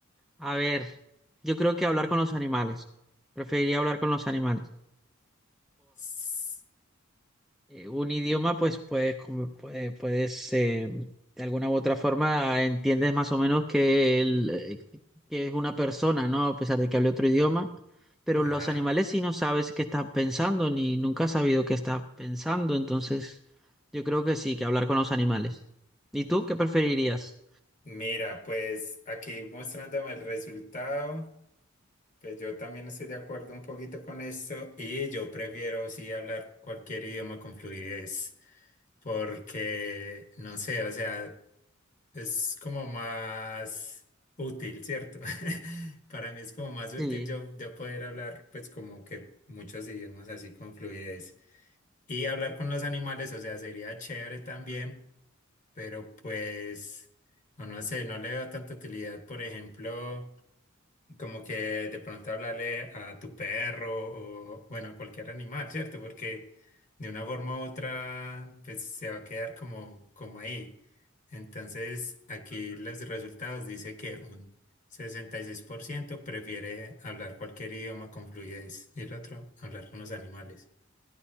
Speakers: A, in the centre; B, on the left (about 40°).
A: a ver, yo creo que hablar con los animales. Preferiría hablar con los animales.
B: Ss,
A: eh, un idioma, pues puedes, como- puede- puedes, eh, de alguna u otra forma, entiendes más o menos que, el- eh, que que es una persona, ¿no? A pesar de que hable otro idioma. Pero
B: Ajá.
A: los animales sí no sabes qué están pensando, ni nunca has sabido qué están pensando. Entonces, yo creo que sí, que hablar con los animales. ¿Y tú qué preferirías?
B: Mira, pues aquí mostrándome el resultado, pues yo también estoy de acuerdo un poquito con esto y yo prefiero sí hablar cualquier idioma con fluidez porque, no sé, o sea... es como más útil, ¿cierto? <laughs> Para mí es como más útil
A: Sí.
B: yo, yo poder hablar pues como que muchos idiomas así con fluidez. Y hablar con los animales, o sea, sería chévere también, pero pues, no, no sé, no le veo tanta utilidad, por ejemplo. Como que de pronto hablarle a tu perro o, bueno, a cualquier animal, ¿cierto? Porque de una forma u otra, pues se va a quedar como, como ahí. Entonces, aquí los resultados dice que un 66% prefiere hablar cualquier idioma con fluidez y el otro hablar con los animales.